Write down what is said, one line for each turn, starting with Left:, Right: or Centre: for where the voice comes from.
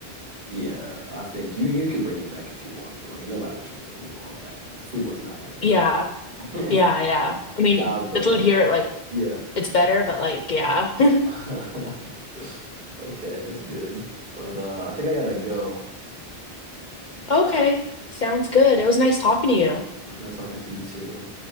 Right: yeah, I think you you could bring it back if you want. But like nobody was really gonna do all that. The food was not that good.
Left: Yeah,
Right: <laughs>
Left: yeah, yeah. I mean,
Right: Nah, but
Left: the food
Right: uh,
Left: here, like,
Right: yeah.
Left: it's better, but like, yeah. <laughs>
Right: <laughs> Okay, that's good. But uh, I think I gotta go. I'm sorry.
Left: Okay, sounds good. It was nice talking to you.
Right: I was not talking to you too.